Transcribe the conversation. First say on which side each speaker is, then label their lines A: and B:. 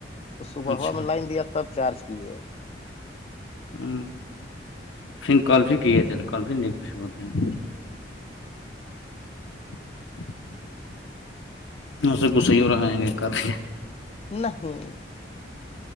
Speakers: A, on the left (about 30°); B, on the left (about 80°).
A: تو صبح
B: اچھا
A: ہوا میں لائن دیا تب چارج کیے-
B: ہ پھر کلفی کی تھ کلفی نیک پس بولتے ہیں- <unintelligible> ایے کسی ہو رہیں گے کر کے
A: نہیں